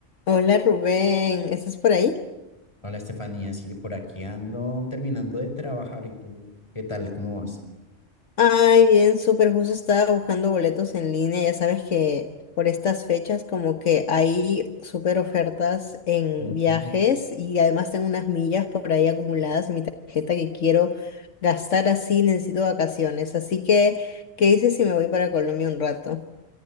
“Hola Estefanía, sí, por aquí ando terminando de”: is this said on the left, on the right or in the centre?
Left